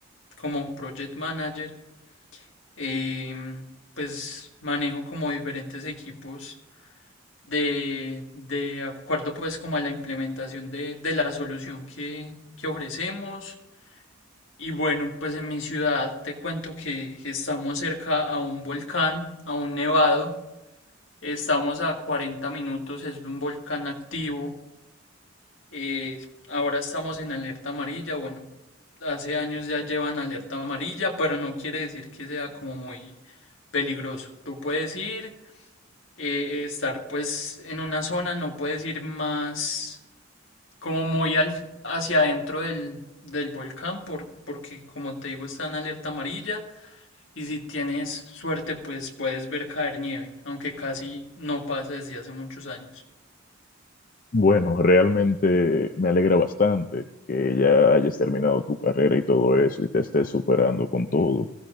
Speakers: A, on the left; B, on the left.
A: como project manager. Em, pues manejo como diferentes equipos de, de acuerdo pues como a la implementación de, de la solución que, que ofrecemos. Y bueno, pues en mi ciudad te cuento que estamos cerca a un volcán, a un nevado. Estamos a 40 minutos, es un volcán activo. eh, ahora estamos en alerta amarilla. Bueno, hace años ya llevan alerta amarilla, pero no quiere decir que sea como muy peligroso. Tú puedes ir, eh, estar pues en una zona, no puedes ir más como muy al- hacia adentro del, del volcán por, porque como te digo está en alerta amarilla Y si tienes suerte, pues puedes ver caer nieve, aunque casi no pasa desde hace muchos años.
B: Bueno, realmente me alegra bastante que ya hayas terminado tu carrera y todo eso y te estés superando con todo.